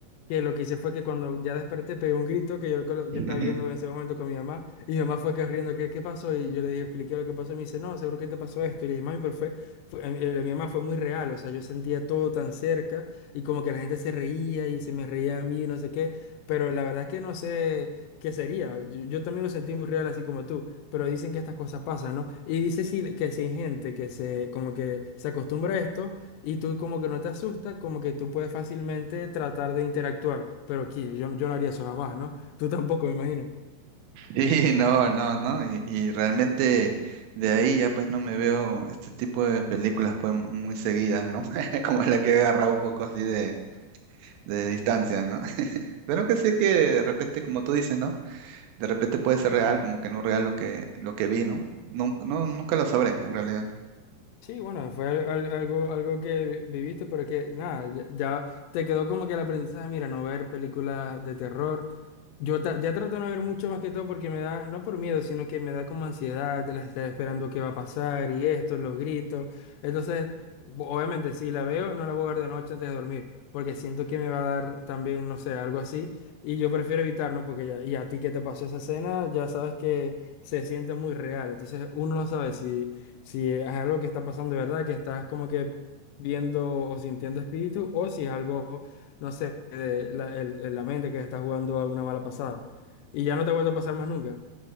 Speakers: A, on the left (about 80°); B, on the right (about 80°).
A: que lo que hice fue que cuando ya desperté pegué un grito que yo, lo colo-
B: <laughs>
A: yo estaba viendo en ese momento con mi mamá y mi mamá fue corriendo, ¿qué, qué pasó? Y yo le dije, expliqué lo que pasó y me dice, no, seguro que te pasó esto. Y le dije, mami, pero fue, fue- eh, eh, mi mamá fue muy real, o sea, yo sentía todo tan cerca y como que la gente se reía y se me reía a mí, no sé qué, pero la verdad es que no sé qué sería. Yo, yo también lo sentí muy real así como tú, pero dicen que estas cosas pasan, ¿no? Y dice sí, que si hay gente que se, como que se acostumbra a esto. Y tú como que no te asusta, como que tú puedes fácilmente tratar de interactuar, pero aquí yo, yo no haría eso jamás, ¿no? Tú tampoco, me imagino.
B: Sí, <laughs> no, no, no, y, y realmente de ahí ya pues no me veo este tipo de películas pues mu- muy seguidas, ¿no? <laughs> Como la que he agarrado un poco así de, de distancia, ¿no? <laughs> Pero que sí que de repente, como tú dices, ¿no? De repente puede ser real, como que no real lo que, lo que vi, ¿no? Nun- no, nunca lo sabré, en realidad.
A: Sí, bueno, fue al- al- algo, algo que vi- viviste, pero que nada, ya, ya te quedó como que el aprendizaje, mira, no ver películas de terror, Yo ta- ya trato de no ver mucho más que todo porque me da, no por miedo, sino que me da como ansiedad de las estar esperando qué va a pasar y esto, los gritos. Entonces, bo- obviamente, si la veo, no la voy a ver de noche antes de dormir, porque siento que me va a dar también, no sé, algo así. Y yo prefiero evitar, ¿no? Porque ya, y a ti que te pasó esa escena, ya sabes que se siente muy real. Entonces, uno no sabe si, si es algo que está pasando de verdad, que estás como que viendo o sintiendo espíritu, o si es algo no sé, eh, la, el- el- la mente que está jugando a una mala pasada. Y ya no te vuelve a pasar más nunca.